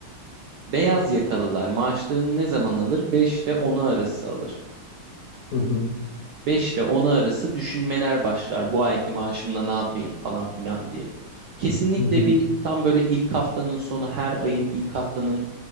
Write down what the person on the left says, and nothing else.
Hı hı,
hı hı.